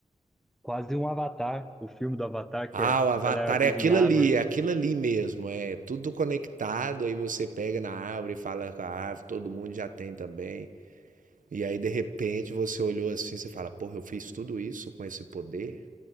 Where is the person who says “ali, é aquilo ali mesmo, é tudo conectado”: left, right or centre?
Right